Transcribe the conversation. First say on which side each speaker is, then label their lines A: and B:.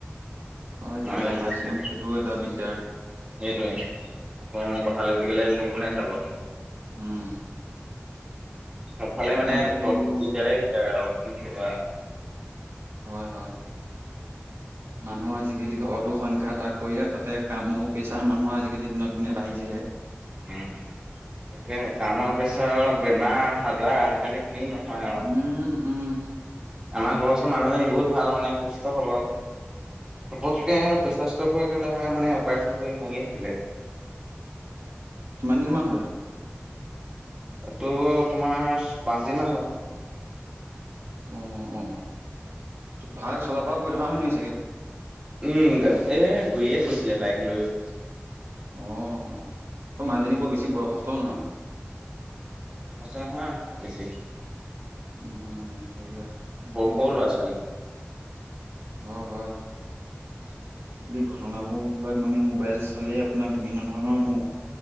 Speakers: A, on the right (about 75°); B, on the right (about 20°).
A: অ' এতিয়া
B: ময়ে
A: পঠাইছ
B: লাগি আছো
A: মান
B: এতিয়া
A: সেইটোও এটা দিগদাৰ।
B: সেইটোৱে আকৌ মই পথা লৈগ'লে এইবোৰ কোনে চাব।
A: উম।
B: সবফালে
A: মোৰ
B: মানে
A: তাকে
B: দিগদাৰে
A: বোলো
B: দিগদাৰ আৰু কি কবা।
A: হয় হয়, মানুহৰ আজিকালি ঘৰতো সংখ্যা তাক। কৰি আৰু তাতে কামো প্ৰেছাৰ মানুহ আজিকালি দিনক দিনে বাঢ়িছেহে।
B: উম তাকে, কামৰ প্ৰেছাৰ বেমাৰ সজাৰ আজিকালি কি নহয় আৰু।
A: উম উম।
B: আমাৰ ঘৰ ওচৰ মানুহজনী বহুতালানে সুস্থ সবল। পককে পেচাস্ত <inaudible> হৈ গেলা মানে অপাৰেচন কৰি মৰিয়ে থাকিলে।
A: কিমান দিন মান হল সেইটো?
B: এইটো তোমাৰ পাঁচদিনমান হ'ল।
A: অ'অ 'ভাল চলাফূৰা কৰি থকা মানুহ চাগে?
B: উম, এ ঘূৰিয়ে ফুৰিছিলে বাইক লৈ।
A: অঁ ত' মানুহজনী বৰ বেছি বয়সস্থও নহয়।
B: নহয় বেছি <unintelligible>
A: উম সেয়া। আজিকালি
B: সৰু সৰু ল'ৰা - ছোৱালী।
A: হয় হয়।
B: <unintelligible>
A: আজিকালি ঘটনাবোৰ বিলাক মানে মোবাইল চালে আপোনাৰ বিভিন্ন ধৰণৰ।